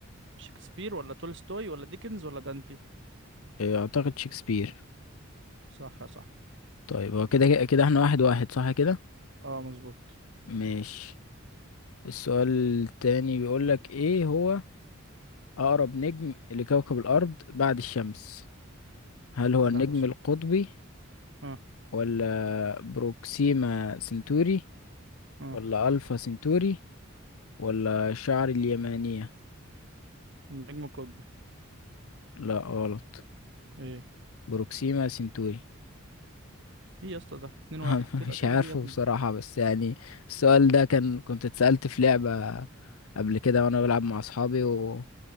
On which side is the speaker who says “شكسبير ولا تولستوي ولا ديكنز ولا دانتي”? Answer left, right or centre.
Right